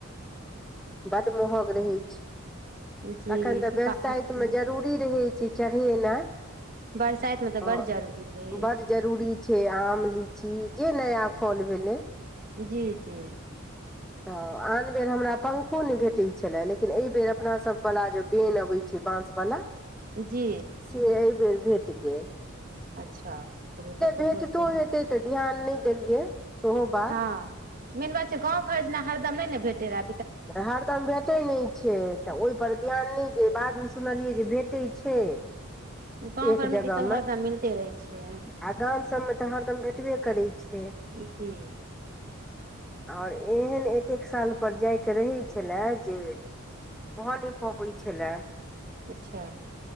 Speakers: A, in the centre; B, on the right.
A: बड मोहग रहे
B: जी
A: तखन त
B: तऽ
A: बरसाइत
B: पहाड़
A: मे जरूरी रहे छै चढ़ेनाइ
B: बरसाइत मे त
A: तऽ
B: बड्ड जरूरी रहे
A: बड
B: छै
A: जरूरी छै आम लिची जे नया फल भेले
B: जी जी
A: त आन बेर हमरा पंखो ने भेटे त छला लेकिन ऐ बेर अपना सब वना जे बैन अबै छै बाँंस वाला
B: जी
A: से ऐ बेर भेटगेल
B: अच्छा ते तब त
A: भेटतो
B: बहुत बढ़िया
A: हेतै तऽ ध्यान ने दे लिये सेहो बात
B: ह मेन बात छै गाँं घर जेना हरदम नय ने भेटे रहा
A: हरदम भेटैत नय छै तऽ ओय पर ध्यान नय दै बाद मे सुनलियै जे भेटै छै
B: गाँंव
A: एक
B: घर
A: जगह
B: मे तऽ ई सब हरदाम मिलते रहै छै
A: आ गाम सभमे तऽ हरदम भेटबे करै छै
B: जी
A: ओर एहन एक एक साल पर जाय के रहेत छलै जे भ नै पबै छल लाय
B: अच्छा